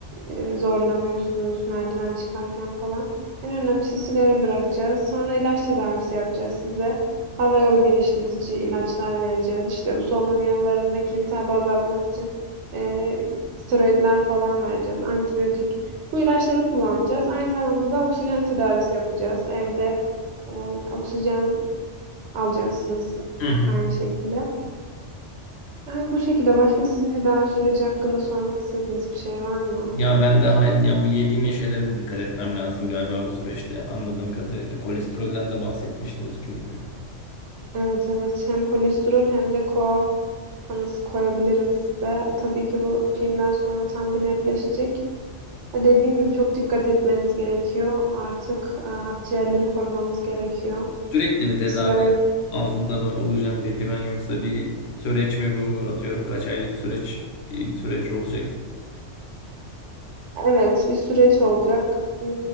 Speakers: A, on the right; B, on the left.
A: e, zorlanıyorsunuz merdiven çıkarken falan. En önemlisi sigara bırakacağız. Sonra ilaç tedavisi yapacağız size. Hava yolu genişletici ilaçlar vereceğiz. İşte bu solunum yollarındaki iltihabı azaltmak için e, steroidler falan vereceğiz. Antibiyotik. Bu ilaçları kullanacağız. Aynı zamanda da oksijen tedavisi yapacağız. Evde e, oksijen alacaksınız
B: Hı hı.
A: aynı şekilde. Yani bu şekilde başka sizin tedavi süreci hakkında sormak istediğiniz bir şey var mı?
B: Ya ben de hay- ya bu yediğim ye şeylere de dikkat etmem lazım galiba bu süreçte anladığım kadarıyla. Kolesterolden de bahsetmiştiniz çünkü.
A: Evet evet hem kolesterol hem de koa tanısı koyabilirim size. Tabii ki bu filmden sonra tam bir netleşecek. Ha, Dediğim gibi çok dikkat etmeniz gerekiyor. Artık e, akciğerleri korumamız gerekiyor.
B: Sürekli bir tedavi
A: Sigarayı
B: altında mı olacağım peki ben yoksa bir süreç mi bu atıyorum kaç aylık süreç bir süreç olacak.
A: evet bir süreç olacak. Hmm,